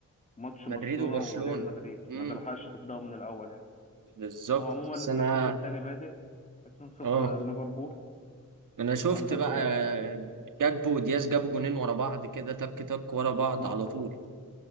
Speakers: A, on the left; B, on the right.
A: ماتش
B: مدريد
A: برشلونة
B: وبرشلونة
A: وريال مدريد
B: امم
A: ما دلحقش تبدأه من الأول يعني
B: بالظبط
A: هو عموما
B: بس
A: لسه
B: انا
A: الشوط التاني بادئ 2-0
B: اه
A: ليفربول
B: انا شفت
A: عندك
B: بقى
A: آه،
B: جاكبو ودياز جابوا جونين ورا بعض كده تك تك ورا بعض
A: بالظبط
B: على طول
A: اه